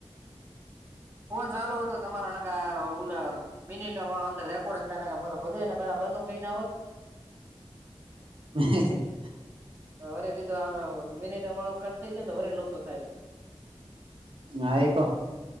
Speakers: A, on the right (about 25°); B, on the right (about 55°).
A: ફોન ચાલુ હતો તમારો નકર ઓલા મિનિટ વાળો અંદર રેટ ઓડકતા નકર હૂતો બધુ એને બરાબર નુ કઈ ના હોત.
B: <unintelligible>
A: વરે કીધું આમ મનિટ વાળો થઈ જાયને વરે લોસો થાય છે.
B: હા એ કો